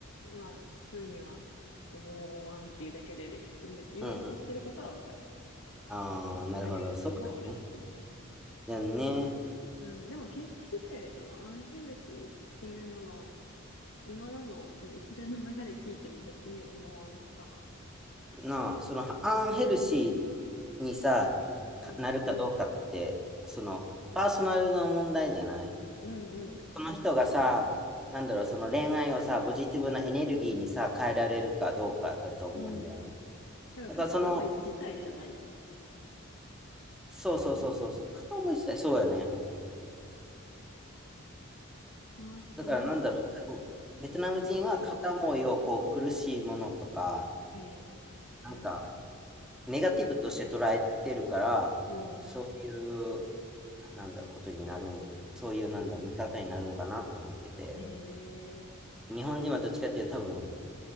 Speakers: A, on the left; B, in the centre.
A: まあ、ふうには思わんっていうだけで、その言おうとしてることはわかる。
B: うんうん。ああ、なるほど。
A: そういう人もおるっていう。
B: そうだよね。いやね。
A: うん、でも決してそのアンヘルシーっていうのは今のその一連の流れ聞いても別に思わんかな。
B: なあ、その、アンヘルシーにさ、
A: うん。
B: かなるかどうかって、その、パーソナルの問題じゃない
A: うんう
B: その人がさ、なんだろう、その恋愛をさ、ポジティブなエネルギーにさ、変えられるかどうかだと思うんだよね。
A: ん。うん。だから片思い自体じゃないよね。
B: だからその、そうそうそうそう、片思い自体そうよね。
A: その人の
B: だからなんだろう、多分ベトナム人は片思いをこう苦しいものとか、
A: 気持ちの。へ
B: なんか
A: え。
B: ネガティブとして捉えてるから、
A: うん。
B: そういう、なんだ、ことになるん、そういうなんだ、見方になるんかなと思ってて、
A: へえ。
B: 日本人はどっちかっていうと多分、